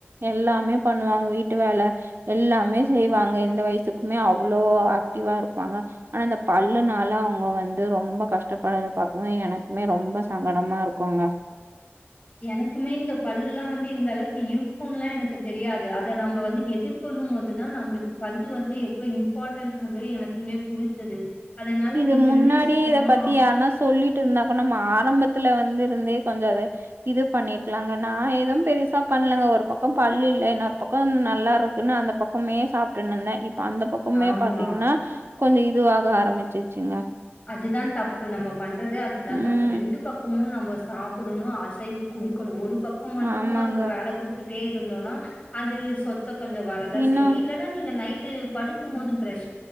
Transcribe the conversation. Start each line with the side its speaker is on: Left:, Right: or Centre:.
Right: எல்லாமே பண்ணுவாங்க வீட்டு வேல எல்லாமே செய்வாங்க இந்த வய்சுக்குமே அவ்ளோ ஆக்டிவா இருப்பாங்க ஆனா இந்த பல்லுனால அவுங்க வந்து ரொம்ப கஷ்டப்பட்றத பாக்கவு எனக்குமே ரொம்ப சங்கடமா இருக்குங்க
Left: எனக்குமே இந்த பல்லுல்லா வந்து இந்தளவுக்கு இருக்குன்லா எனக்கு தெரியாது அத நம்ப வந்து எதிர் கொள்ளும்மோதுதா நம்பளுக்கு பல் வந்து எவ்ளோ இம்பாட்டன்றது எனக்குமே புரிஞ்சது அதனால
Right: இது
Left: நீங்களுமே
Right: முன்னாடியே
Left: சீக்கிரமா
Right: இத பத்தி யார்னா சொல்லிட் ருந்தா கூட நம்ம ஆரம்பத்துல வந்து இருந்தே கொஞ்சோ அத இது பண்ணீர்க்கலாங்க நா எது பெருசா பண்லங்க ஒரு பக் கோ பல்லில்ல இன்னோர் பக்கோ நல்லாருக்குன்னு அந்த பக்கமே சாப்ட்ருனுந்தே இப்ப அந்த பக் கோமே
Left: ஆமா
Right: பாத்தீங்கன்னா கொஞ்ச இதுவாக ஆரம்பிச்சிருச்சுங்க
Left: அதுதா தப்பு நம்ம பண்றதே அதுதா
Right: ம்
Left: தப்பு ரெண்டு பக்கமு நம்ம சாப் புடுணு அசைவு குடுக்கணு ஒரு பக்கோ மட்டு
Right: ஆமாங்க
Left: அதுக்கு வேல குட்த்துட்டே இருந்தோன்னா அது சொத்த கொஞ்ச வரதா
Right: இன்னு
Left: செய்யு இல்லன்னா நீங்க நைட்டு படு க்கும்போது ப்ரஷ்